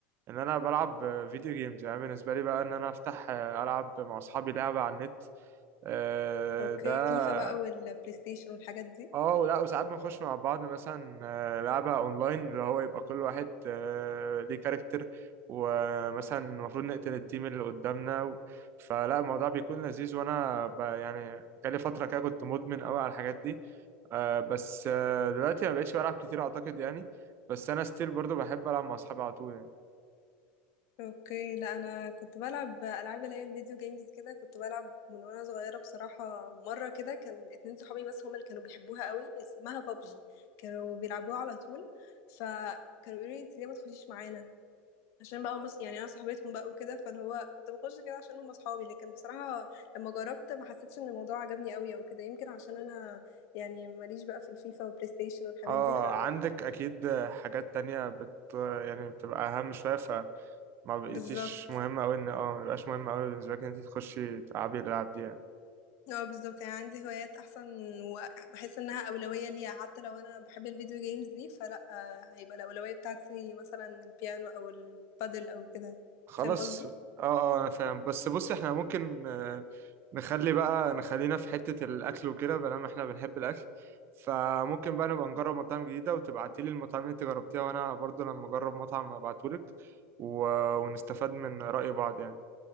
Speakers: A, on the right; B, on the left.
A: إن أنا بلعب فيديو جيمز يعني بالنسبة لي بقى إن أنا أفتح ألعب مع أصحابي لعبة على النت آه،
B: اوكي
A: ده
B: فيفا بقى والبلاي ستيشن والحاجات دي
A: اه ولا وساعات بنخش مع بعض مثلا آه، لعبة اونلاين اللي هو يبقى كل واحد آه، ليه كاركتر ومثلا المفروض نقتل التيم اللي قدامنا و... فلا الموضوع بيكون لذيذ وانا ب... يعني جالي فترة كده كنت مدمن قوي على الحاجات دي آه، بس آه، دلوقتي ما بقتش بلعب كتير اعتقد يعني بس انا ستيل برضو بحب العب مع اصحابي على طول يعني
B: اوكي لا انا كنت بلعب العاب اللي هي الفيديو جيمز كده كنت بلعب من وانا صغيره بصراحه مره كده كان اتنين صحابي بس هما اللي كانوا بيحبوها قوي اسمها بابجي كانوا بيلعبوها على طول فكانوا بيقولوا لي انت ليه ما تخشيش معانا عشان بقى مص... يعني انا صاحبتهم بقى وكده فاللي هو كنت بخش كده عشان هم اصحابي لكن بصراحه لما جربت ما حسيتش ان الموضوع عجبني قوي او كده يمكن عشان انا يعني ماليش بقى في الفيفا والبلاي ستيشن والحاجات
A: اه
B: دي ف
A: عندك اكيد حاجات تانية بت يعني بتبقى اهم شوية ما بقيتيش
B: بالظبط
A: مهم أوي إن اه ما بقاش مهم أوي بالنسبة لك إن أنت تخشي تلعبي الألعاب دي يعني
B: اه بالظبط يعني عندي هوايات احسن وبحس انها اولويه ليا حتى لو انا بحب الفيديو جيمز دي فلا آه، هيبقى الاولويه بتاعتي مثلا البيانو او البادل او كده
A: خلاص
B: فاهم قصدي
A: اه اه أنا فاهم بس بصي احنا ممكن آه، نخلي بقى نخلينا في حتة الأكل وكده بلا ما احنا بنحب الأكل فممكن بقى نبقى نجرب مطاعم جديدة وتبعتيلي المطاعم اللي انت جربتيها وأنا برضو لما أجرب مطعم أبعتهولك و... ونستفاد من رأي بعض يعني